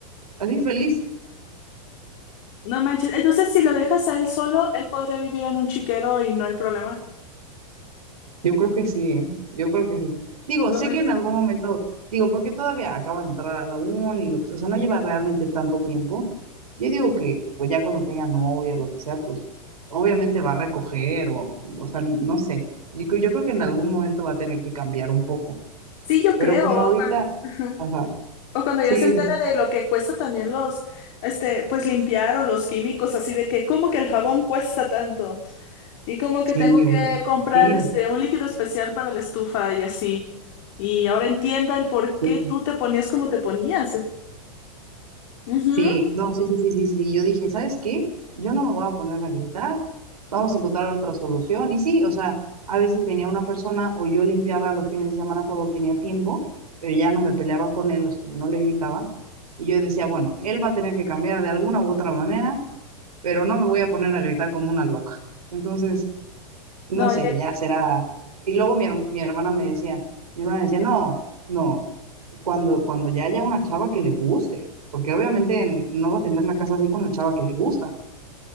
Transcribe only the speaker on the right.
así feliz.
Yo creo que sí, ¿eh? Yo creo que sí. Digo,
sé
que en algún momento, digo, porque todavía acaba de entrar a la uni, lo que, o sea, no lleva realmente tanto tiempo. Yo digo que, pues ya cuando tenga novia, lo que sea, pues obviamente va a recoger o, o sea, no sé. Yo, creo- yo creo que en algún momento va a tener que cambiar un poco,
pero
como ahorita,
ajá,
sí,
dime.
Sí,
oye,
sí,
oye,
sí,
sí, no, sí, sí, sí, sí, sí, yo dije, ¿sabes qué? Yo no me voy a poner a gritar, vamos a encontrar otra solución, y sí, o sea, a veces venía una persona o yo limpiaba los fines de semana cuando tenía tiempo, pero ya no me peleaba con él, o sea, ya no le gritaba, y yo decía, bueno, él va a tener que cambiar de alguna u otra manera, pero no me voy a poner a gritar como una loca, entonces, no
sé,
ya será. Y luego mi, her- mi hermana me decía, mi hermana decía, no, no, cuando, cuando ya haya una chava que le guste, porque obviamente n- no va a tener la casa así con la chava que le gusta.